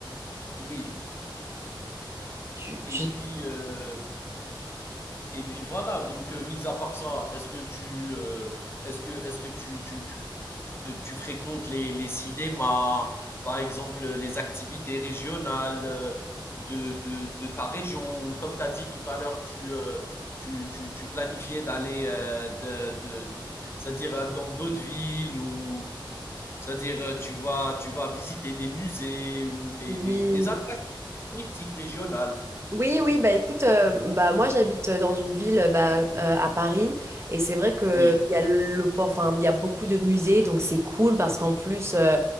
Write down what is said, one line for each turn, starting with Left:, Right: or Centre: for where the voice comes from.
Left: oui,
Right: Tu,
Left: et
Right: tu...
Left: puis euh, Et puis voilà, donc euh, mis à part ça, est-ce que tu euh, est-ce que est-ce que tu tu, tu, euh, tu fréquentes les, les cinémas, par exemple les activités régionales euh, de, de, de ta région, ou comme tu as dit tout à l'heure, tu, euh, tu, tu, tu planifiais d'aller euh, de, de, de- c'est-à-dire euh, dans d'autres villes, ou c'est-à-dire euh, tu vas tu vas visiter des musées ou des,
Right: Oui.
Left: des, des attractivités touristiques régionales.
Right: Oui, oui, bah écoute, euh, bah moi j'habite euh, dans une ville euh, bah, euh, à Paris et c'est vrai que
Left: Oui,
Right: il y a le port, enfin il y a beaucoup de musées donc c'est cool parce qu'en plus euh,